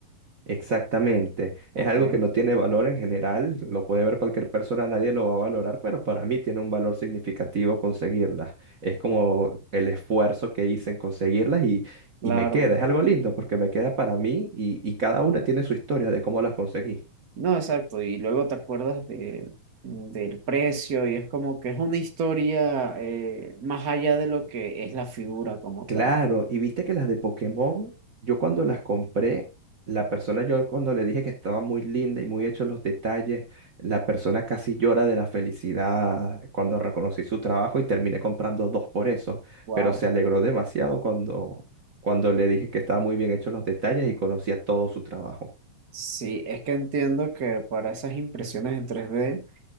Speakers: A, on the right (about 80°); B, on the right (about 50°).
A: Exactamente.
B: Ok,
A: Es algo que no tiene valor en general, lo puede ver cualquier persona, nadie lo va a valorar, pero para mí tiene un valor significativo conseguirlas. Es como el esfuerzo que hice en conseguirlas y,
B: claro.
A: y me queda, es algo lindo porque me queda para mí y, y cada una tiene su historia de cómo las conseguí.
B: No, exacto. Y luego te acuerdas de, del precio y es como que es una historia eh, más allá de lo que es la figura como
A: Claro,
B: tal.
A: y viste que las de Pokémon, yo cuando las compré, la persona, yo cuando le dije que estaba muy linda y muy hechos los detalles, la persona casi llora de la felicidad cuando reconocí su trabajo y terminé comprando dos por eso,
B: Wow.
A: pero se alegró demasiado cuando, cuando le dije que estaba muy bien hechos los detalles y conocía todo su trabajo.
B: Sí, es que entiendo que para esas impresiones en tres d